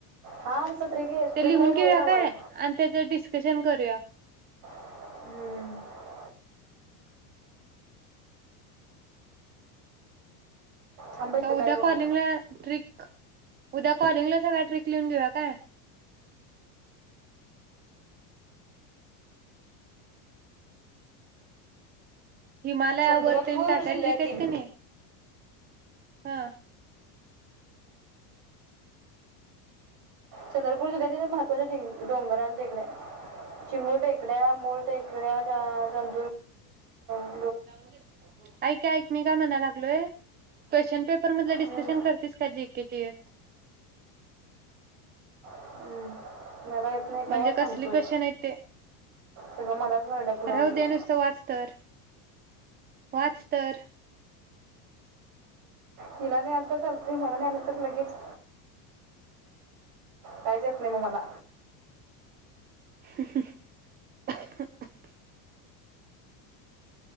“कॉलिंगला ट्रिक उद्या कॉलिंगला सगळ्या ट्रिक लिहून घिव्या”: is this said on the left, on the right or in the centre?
Right